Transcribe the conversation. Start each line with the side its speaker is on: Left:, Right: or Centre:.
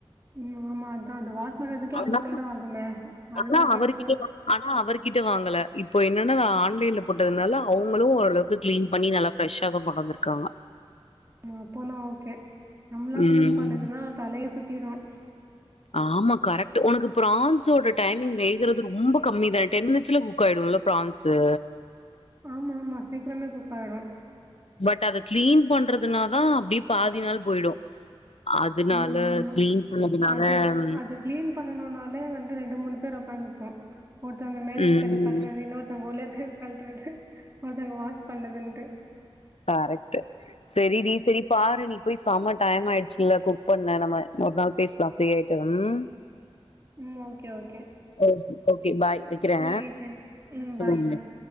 Right: ம் ஆமா அக்கா அ அது வாஷ் பண்றதுக்கே
Left: ஆனா
Right: அவ்ளோ நேரோ ஆகுமே அதுதா
Left: ஆனா
Right: கடுப்பு
Left: அவர்கிட்ட ஆனா அவர்கிட்ட வாங்கல இப்போ என்னென்னா ஆள் புள்ளைங்கள போட்டதுனால அவங்களு ஓரளவுக்கு கிளீன் பண்ணி நல்லா ஃபிரெஷ்ஷாதா கொண்டு வந்துருக்காங்க
Right: அப்பன்னா ஓகே நம்மெளா
Left: ம்
Right: கிளீன் பண்றதுன்னா தலையே சுத்திருவே
Left: ஆமா கரெக்ட்டு உனக்கு பிரான்சோட டைமிங் வேகறது ரொம்ப கம்மி தா டென் மினிட்ஸ்லே குக்காயிடோல்ல ப்ரான்ஸு
Right: ஆமா ஆமா சீக்கிரமே குக்காயிரு
Left: பட் அத கிளீன் பண்றதுனாதா அப்டியே பாதி நாள் போயிடும் அதுனால
Right: ம் ஆமா.
Left: கிளீன் பண்ணதுனால
Right: அது
Left: ம்
Right: அது கிளீன் பண்ணனும்னாலே வந்து ரெண்டு மூணு பேர் ஒக்காந்துருப்போ ஒருத்தவுங்க மேல
Left: ம்
Right: இருக்கறது கழட்றது இன்னொ ஒருத்தங்க உள்ள இருக்கறது கழட்றது ஒருத்தங்க வாஷ் பண்ணுறதுன்ட்டு
Left: கரெக்ட்டு சரி டி சரி பாரு நீ போய் சம டைம் ஆயிடுச்சுல்ல குக் பண்ண நம்ம இன்னொரு நாள் பேசலா ஃபிரீ ஆயிட்டு ம்
Right: ம் ஓகே, ஓகே.
Left: ஒ ஓகே பை வைக்கிறே
Right: சரி, சரி. பாய்,
Left: ம்
Right: பாய்.